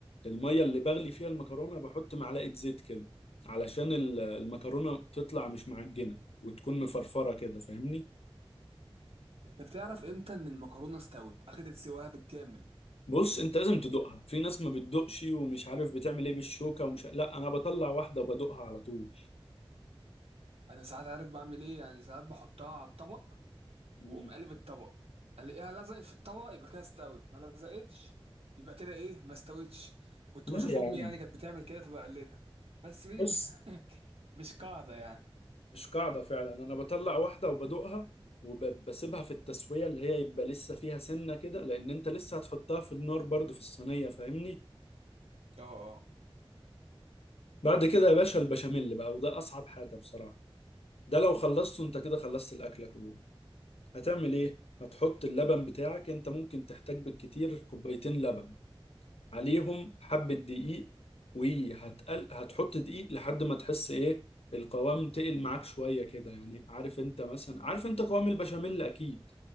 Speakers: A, on the left (about 85°); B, on the right (about 80°).
A: المية اللي بغلي فيها المكرونة بحط معلقة زيت كده علشان ال- المكرونة تطلع مش معجنة وتكون مفرفرة كده فاهمني
B: انت بتعرف امتى ان المكرونه استوت اخدت سواها بالكامل
A: بص انت لازم تدوقها في ناس ما بتدوقش ومش عارف بتعمل ايه بالشوكة ومش لا انا بطلع واحدة وبدوقها على طول
B: انا ساعات عارف بعمل ايه يعني ساعات بحطها على الطبق
A: مم.
B: واقوم قالب الطبق الاقيها لزقت في الطبق يبقى كده استوت ما لزقتش يبقى كده ايه ما استوتش كنت
A: لا
B: بشوف
A: يا
B: امي
A: عم
B: يعني كانت بتعمل كده فبقلدها بس دي
A: بص
B: <laughs> مش قاعده يعني
A: مش قاعدة فعلا أنا بطلع واحدة وبدوقها وبسيبها في التسوية اللي هي يبقى لسه فيها سنة كده لأن أنت لسه هتحطها في النار برضو في الصينية فاهمني
B: اه اه
A: بعد كده يا باشا البشاميل بقى وده أصعب حاجة بصراحة ده لو خلصته أنت كده خلصت الأكلة كلها هتعمل إيه؟ هتحط اللبن بتاعك أنت ممكن تحتاج بالكتير كوبايتين لبن عليهم حبة دقيق وهتقل هتحط دقيق لحد ما تحس إيه القوام تقل معاك شوية كده يعني عارف أنت مثلا عارف أنت قوام البشاميل أكيد